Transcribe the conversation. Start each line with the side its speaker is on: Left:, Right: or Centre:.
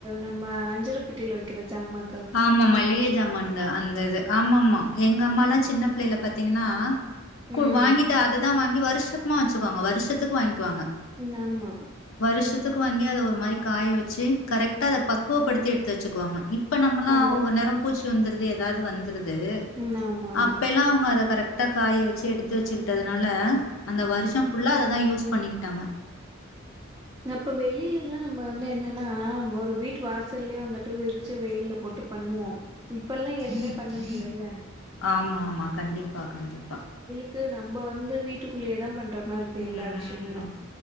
Right: நம்ம அஞ்சறப்பெட்டியில வைக்கிற ஜாமான்
Left: ஆமா மளிகை ஜமான்னுங்க அந்த இது ஆமா ஆமா எங்க அம்மால்லா சின்ன பிள்ளைல பாத்தீங்கன்னா கொ
Right: ம்
Left: வாங்கிட்டு அததா வாங்கி வருஷோ சும்மா வச்சுக்குவோங்க வருஷத்துக்கு வாங்கிக்வாங்க
Right: ன் ஆமா
Left: வருஷத்துக்கு வாங்கி அத ஒரு மாரி காய வச்சு கரெக்டா அத பக்குவப்படுத்தி எடுத்து வச்சுக்குவாங்க இப் இப்ப நம்மளா
Right: அங்க
Left: ஒவ்வொ நேரோ பூச்சி வந்துருது ஏதாவது வந்துருது
Right: ம் ஆமா ஆமா
Left: அப்ப எல்லா அவங்க அதை கரெக்ட் ட்டா காய வச்சு எடுத்து வச்சுக்கிட்டதுனால அந்த வருஷோ ஃபுல்லா அத தா யூஸ் பண்ணிக்கிட்டாங்க
Right: அப்ப வெளியிலல்லா. நம்ம வந்து என்னன்னா ஒரு வீட்டு வாசல்லயே வந்துட்டு விரிச்சு வெயில்ல போட்டு பண்ணுவோ இப்ப எல்லா எதுவுமே பண்ண முடியலல்ல
Left: ஆமா ஆமா கண்டிப்பா கண்டிப்பா
Right: இங்கு நம்ம வந்து வீட்டுக்குள்ளேயே தா பண்ற மாதிரி இருக்கு
Left: ம்
Right: எல்லா விஷயங்களு